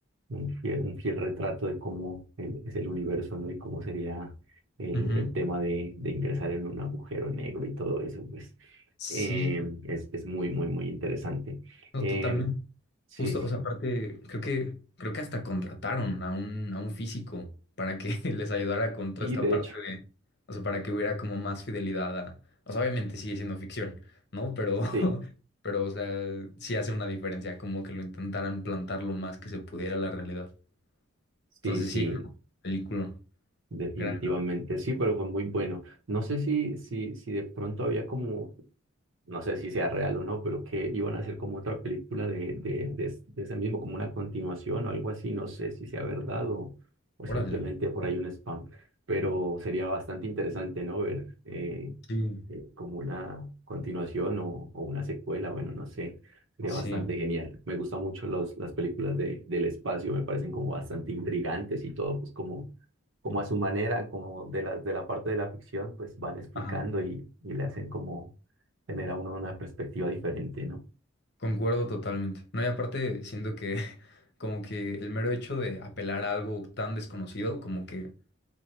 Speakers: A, on the right; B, on the left.
A: un fiel, un fiel retrato de cómo el- es el universo, ¿no? Y cómo sería el,
B: ujú.
A: el tema de, de ingresar en un agujero negro y todo eso, pues
B: Sí,
A: eh, es, es muy, muy, muy interesante.
B: no,
A: Eh,
B: totalmente.
A: sí,
B: Justo,
A: sí,
B: o sea, aparte, creo que, creo que hasta contrataron a un, a un físico para que <laughs> les ayudara con toda
A: y
B: esta
A: de
B: parte
A: hecho,
B: de, o sea, para que hubiera como más fidelidad a, o sea, obviamente sigue siendo ficción, ¿no? Pero, <laughs>
A: sí,
B: pero, o sea, sí hace una diferencia, como que lo intentaran plantar lo más que se pudiera la realidad. Entonces
A: sí, sí.
B: sí, no, película.
A: Definitivamente
B: Gran.
A: sí, pero fue muy bueno. No sé si, si, si de pronto había como, no sé si sea real o no, pero que iban a hacer como otra película de, de, de, es- de ese mismo, como una continuación o algo así. No sé si sea verdad o, o
B: Órale.
A: simplemente por ahí un spam, pero sería bastante interesante, ¿no? Ver eh,
B: Sí.
A: eh, como una continuación o, o una secuela, bueno, no sé, sería
B: Sí.
A: bastante genial. Me gustan mucho los, las películas de, del espacio, me parecen como bastante intrigantes y todo, pues como, como a su manera, como de la, de la parte de la ficción, pues van explicando
B: Ajá.
A: y, y le hacen como tener a uno una perspectiva diferente, ¿no?
B: Concuerdo totalmente. No, y aparte siento que <laughs> como que el mero hecho de apelar a algo tan desconocido, como que